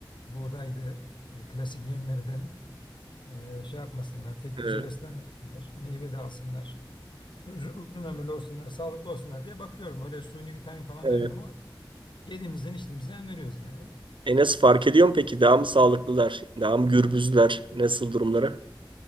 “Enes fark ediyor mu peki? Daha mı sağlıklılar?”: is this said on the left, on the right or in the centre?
Right